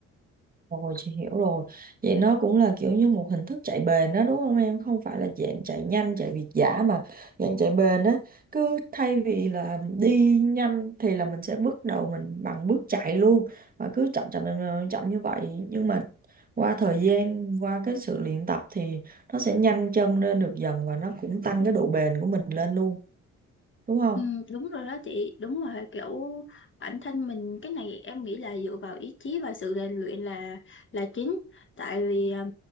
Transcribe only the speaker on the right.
Rồi chị hiểu rồi. Vậy nó cũng là kiểu như một hình thức chạy bền đó đúng không em? Không phải là dạng chạy nhanh, chạy việt dã mà dạng chạy bền á. Cứ thay vì là đi nhanh thì là mình sẽ bước đầu mình bằng bước chạy luôn và cứ chậm chậm chậm, chậm chậm như vậy. Nhưng mà qua thời gian, qua cái sự luyện tập thì nó sẽ nhanh chân lên được dần và nó cũng tăng cái độ bền của mình lên luôn, đúng không?